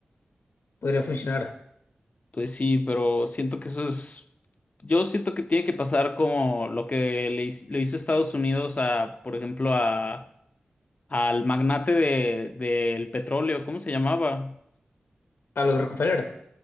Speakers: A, on the left; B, on the left.
A: podría funcionar.
B: Pues sí, pero siento que eso es, yo siento que tiene que pasar como lo que le, his- le hizo Estados Unidos a, por ejemplo, a, al magnate de, del petróleo, ¿cómo se llamaba?
A: A los Rockefeller.